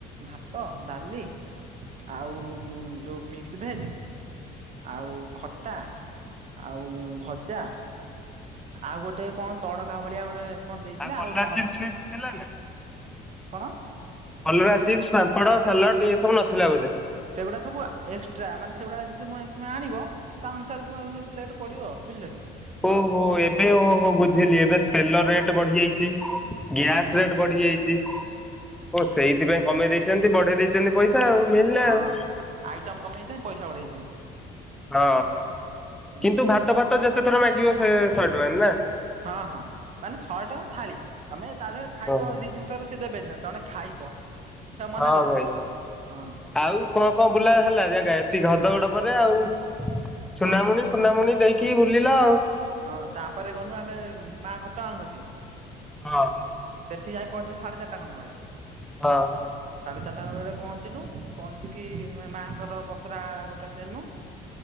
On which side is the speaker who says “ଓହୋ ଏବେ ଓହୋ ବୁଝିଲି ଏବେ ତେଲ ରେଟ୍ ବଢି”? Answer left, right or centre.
Centre